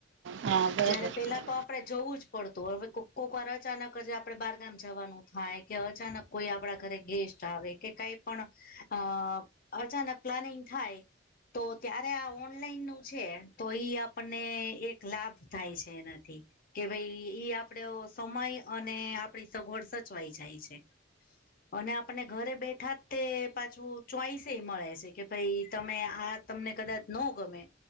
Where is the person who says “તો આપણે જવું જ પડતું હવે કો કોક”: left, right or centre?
Left